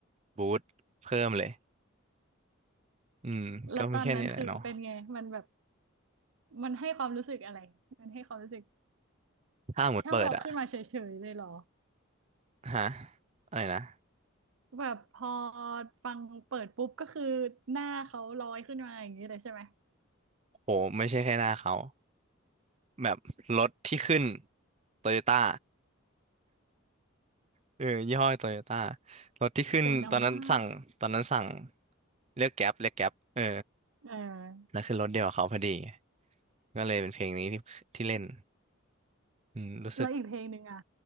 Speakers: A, on the right (about 30°); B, on the right (about 75°).
A: บูสตเพิ่มเลยอืมก็มีแค่นี้แหละเนาะ
B: แล้วตอนนั้นคือเป็นไงมันแบบมันให้ความรู้สึกอะไรมันให้ความรู้สึก
A: ถ้าหมดเปิดอะ
B: ชอบขึ้นมาเฉยๆเลยเหรอ
A: ฮะอะไรนะ
B: แบบพอฟังเปิดปุ๊บก็คือหน้าเขาลอยขึ้นมาอย่างนี้เลยใช่ไหม
A: โหไม่ใช่แค่หน้าเขาแบบรถที่ขึ้นโตโยต้าเออยี่ห้อโตโยต้ารถที่ขึ้นตอนนั้นสั่งตอนนั้นสั่ง
B: เป็นเอามาก
A: เรียกแก๊ปเรียกแก๊ปเออ
B: เออ
A: แล้วขึ้นรถเดียวกับเขาพอดีก็เลยเป็นเพลงนี้ที่ที่เล่นอืมรู้สึก
B: แล้วอีกเพลงหนึ่งอ่ะ